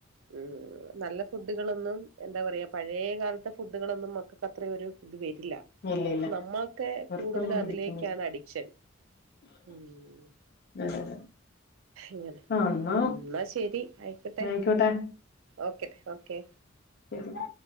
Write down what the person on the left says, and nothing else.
ഇല്ല ഇല്ല
അവർക്കൊന്നും
പിടിക്കുന്നില്ല
അതെ അതെ
ആ എന്നാ
ആയിക്കോട്ടെ
ശരി